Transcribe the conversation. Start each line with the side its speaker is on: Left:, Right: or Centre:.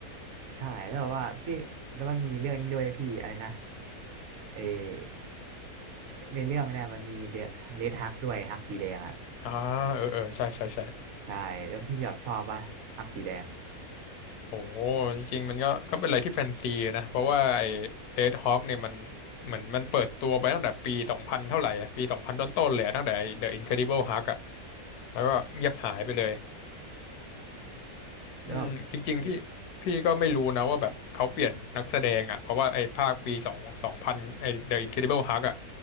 Right: ใช่แล้วแบบว่าพี่แล้วมันมีเรื่องนี้ด้วยพี่อะไรนะเออในเรื่องเนี่ยมันมีเดอะเรดฮักด้วยฮักสีแดงอ่ะ
Left: อ่าเออเออใช่ใช่ใช่
Right: ใช่แล้วพี่ชอบชอบป่ะฮักสีแดง
Left: โอ้โหจริงๆมันก็ก็เป็นอะไรที่แฟนซีนะเพราะว่าไอ้เรดฮอคเนี่ยมันเหมือนมันเปิดตัวไปตั้งแต่ปีสองพันเท่าไหร่อะปีสองพันต้นๆเลยอะตั้งแต่ไอ้ The Incredible Hulk อะแล้วก็เงียบหายไปเลย
Right: แล้วแบบ
Left: อืมจริงๆพี่พี่ก็ไม่รู้นะว่าแบบเขาเปลี่ยนนักแสดงอะเพราะว่าไอ้ภาคปีสองสองพันไอ้ The Incredible Hulk อะ